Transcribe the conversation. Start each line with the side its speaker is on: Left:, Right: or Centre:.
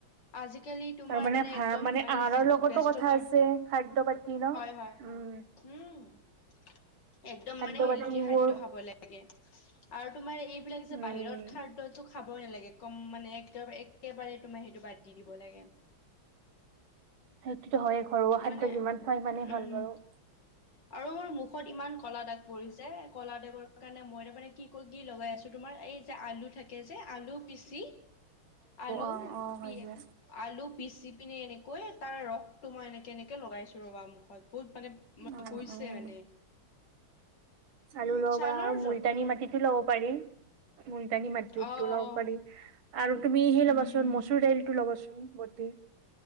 Left: আজিকালি তোমাৰ
Right: আৰু
Left: মানে
Right: ভা
Left: একদম মানে
Right: আহাৰৰ
Left: যিটো
Right: লগতো
Left: বেস্ততা
Right: কথা আছে খাদ্য পাতি ন
Left: হয়-হয়-হয়।
Right: উম
Left: উম, একদম
Right: খাদ্য
Left: মানে
Right: পাতিবোৰ
Left: হেলথি খাদ্য খাব লাগে। আৰু তোমাৰ এইবিলাক যে
Right: উম
Left: বাহিৰত খাদ্য খাব নালাগে কম মানে একদ একেবাৰে তোমাৰ সেইটো বাদ দি দিব লাগে।
Right: সেইটো হয়েই ঘৰৱ খাদ্য
Left: মানে
Right: যিমান খোৱা সিমানেই
Left: উম
Right: ভাল বাৰু।
Left: আৰু মোৰ মুখত ইমান কলা দাগ পৰিছে কলা দাগৰ কাৰণে মই তাৰ মানে কি ক কি লগাই আছো তোমাৰ এই আলু থাকে যে আলু পিচি আলু
Right: অ অ হয়
Left: পিয়ে
Right: যে
Left: আলু পিচি পিনে এনেকৈ তাৰ ৰসটো মই এনেকে এনেকে লগাইছো ৰবা মুখত বহুত মানে মাই
Right: উম
Left: কৈছে
Right: উম
Left: মানে।
Right: আলু
Left: উম
Right: লব
Left: ছালৰ
Right: পাৰ আৰু মুলতানী
Left: যত্ন
Right: মাটিতো ল'ব পাৰি-মুলতানী মাটিতো
Left: অ
Right: লব
Left: অ
Right: পাৰি। আৰু তুমি সেই ল'বাচোন
Left: উম
Right: মচুৰ দাইলটো ল'বাচোন বতি।